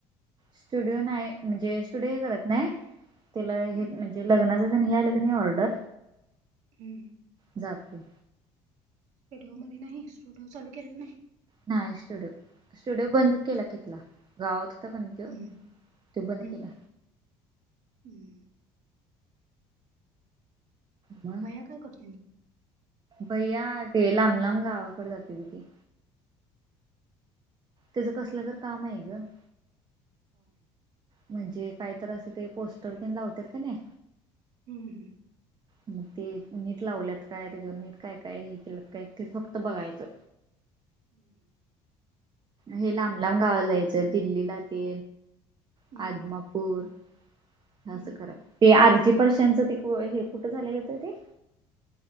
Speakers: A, on the right; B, on the right.
A: स्टुडिओ नाही, म्हणजे स्टुडिओ हे करत नाही, तिला
B: हम्म
A: हे म्हणजे लग्नाचं तर हे आलं का नाही ऑर्डर,
B: हम्म.
A: जातोय.
B: स्टुडिओ मध्ये नाही, स्टुडिओ चालू केला नाही.
A: नाही स्टुडिओ. स्टुडिओ बंद केला तिथला, गावात होता कणी तो,
B: हम्म
A: तो बंद
B: हम्म
A: केला.
B: हम्म.
A: मग
B: भैय्या काय करतोय?
A: भैया ते लांब लांब गावाकडं जातोय भैया. तेज कसलं तरी काम आहे गं.
B: हा.
A: म्हणजे काहीतर असं ते पोस्टर तन लावत्यात का नाही,
B: हम्म हम्म.
A: मग, ते नीट लावल्यात काय त्याच्यावर नीट काय काय हे केलं काय ते फक्त बघायचं.
B: हम्
A: हे लांब लांब गावाला जायचं. दिल्लीला ते
B: हम्म
A: <inaudible> आदम पुर. <inaudible>
B: हम्म
A: असं करा, ते आर्ची परश्यांच ते हे कुठं झालेलं होत ते?